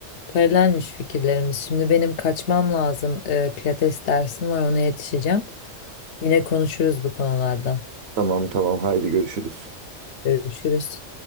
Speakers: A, on the left (about 70°); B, on the right (about 60°).
A: Paralelmiş fikirlerimiz. Şimdi benim kaçmam lazım. Ee, pilates dersim var ona yetişeceğim. Yine konuşuruz bu konulardan.
B: Tamam tamam haydi görüşürüz.
A: Görüşürüz.